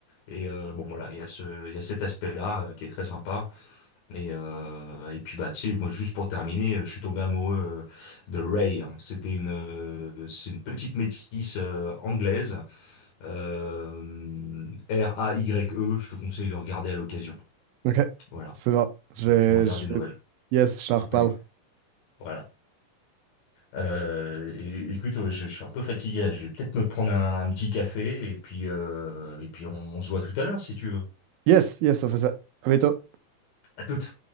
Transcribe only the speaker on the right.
OK.
C'est bon. Je,
je...
Yes, je
t'en
reparle.
Yes, yes, on fait ça. À bientôt.